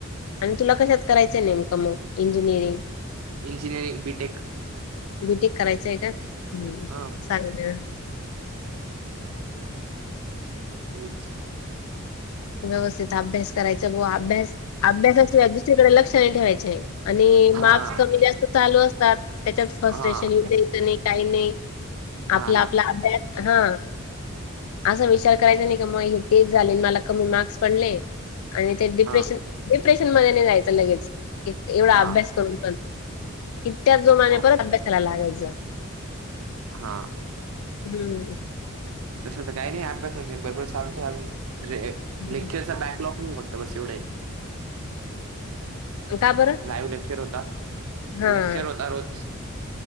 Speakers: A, on the left; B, on the right.
A: आणि तुला कशात करायचंय नेमकं मग engineering?
B: Engineering B tech
A: B tech करायचं आहे ना
B: हा
A: सांगते.
B: तेच.
A: व्यवस्थित अभ्यास करायचा व अभ्यास अभ्यासाशिवाय दुसरीकडे लक्ष नाही ठेवायचं आहे आणि
B: हा
A: मार्क्स कमी जास्त चालू असतात त्याच्यात फर्स्ट
B: हा
A: टेशन येऊ द्यायचं नाही काही नाही.
B: हा
A: आपला
B: ना
A: आपला अभ्यास हा.. असा विचार करायचा नाही क मग हे तेच झाले मला कमी मार्क्स पडले आणि ते डिप्रेशन
B: हा
A: डिप्रेशन मध्ये नाही जायचं लगेच एवढा
B: हा
A: अभ्यास करून पण तितक्या च जोमाने
B: हो,
A: परत अभ्यासायला लागायचा
B: हा.
A: हम्म.
B: तस तर काही नाही अभ्यास म्हणजे बरोबर चालतोय अजून
A: हं.
B: लेक्चरचा काय क्लॉक नाही बघत बस एवढ
A: का बरं?
B: लाईव्ह लेक्चर होता
A: हां,
B: लेक्चर होता रोज